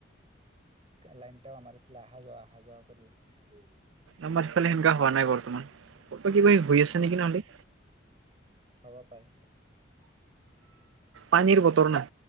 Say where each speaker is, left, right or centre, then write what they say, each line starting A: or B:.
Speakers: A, on the right; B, on the right.
A: লাইন টাও আমাৰ ইফালে অহা যোৱা-অহা যোৱা কৰি আছে।
B: আমাৰ সিফালে সেনেকা হোৱা নাই বৰ্তমান, ক'ৰবাত কিবা হৈ
A: উম,
B: আছে নেকি নহ'লে।
A: হ'ব পায়।
B: পানীৰ বতৰ না